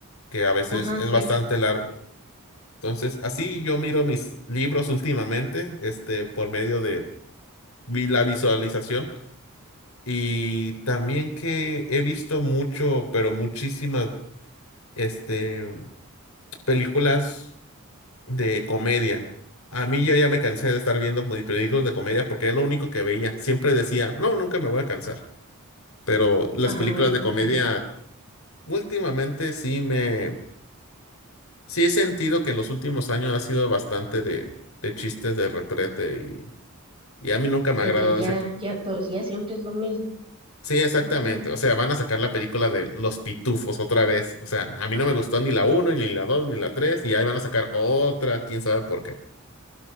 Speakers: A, on the left; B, on the right.
A: que a veces
B: ajá,
A: es
B: sí.
A: bastante largo. Entonces, así yo miro mis libros últimamente, este, por medio de vi- la visualización y también que he visto mucho, pero muchísimas, este, películas de comedia. A mí yo ya me cansé de estar viendo muy- películas de comedia porque es lo único que veía. Siempre decía, no, nunca me voy a cansar. Pero las
B: Ah,
A: películas de comedia
B: ok.
A: últimamente sí me, sí he sentido que en los últimos años ha sido bastante de, de chistes de retrete Y a mí nunca me
B: De
A: ha agradado
B: que ya,
A: ese tipo.
B: ya todos, ya siempre es lo mismo.
A: Sí, exactamente.
B: <clears throat>
A: O sea, van a sacar la película de Los Pitufos otra vez. O sea, a mí no me gustó ni la uno ni la dos ni la tres Y ahí van a sacar otra, quién sabe por qué.